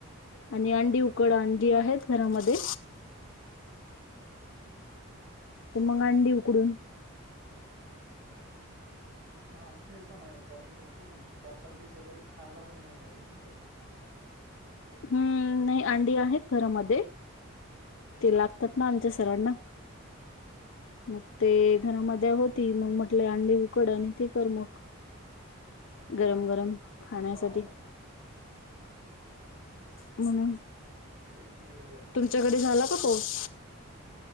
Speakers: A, on the left (about 60°); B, on the right (about 70°).
A: आणि अंडी उकड अंडी आहेत घरामध्ये तर मग अंडी उकडून
B: हा ते पण आहे कारण तसं वरसाातचं काही खायला पण नाही पाहिजे ना तसं
A: हम्म नाही अंडी आहेत घरामध्ये ते लागतात ना आमच्या सरांना मग ते घरामध्ये होती मग म्हटले अंडी उकड आणि ती कर मग गरम गरम खाण्यासाठी
B: हो
A: म्हणून
B: ते पण बरोबर आहे
A: त्याच्याकडे झाला का पाऊस